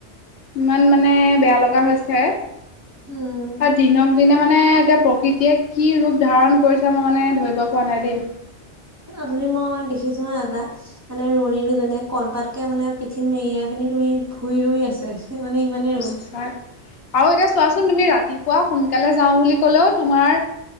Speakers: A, on the left; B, on the right.
A: ইমান মানে বেয়া লগা হৈছে
B: উম
A: দিনক দিনে মানে এতিয়া প্ৰকৃতিয়ে কি ৰূপ ধাৰণ কৰিছে মই মানে ধৰিব পৰা নাই দেই
B: অথনি মই দেখিছো হা এটা মানে ৰোৱনী দুজনে কলপাতকে মানে পিঠিন মেৰিয়াই পিনি তুমি ভুই ৰুই আছে মানে ইমানেই
A: আৰু
B: ৰ'দ
A: এতিয়া চোৱাচোন তুমি ৰাতিপুৱা সোনকালে যাওঁ বুলি ক'লেও তোমাৰ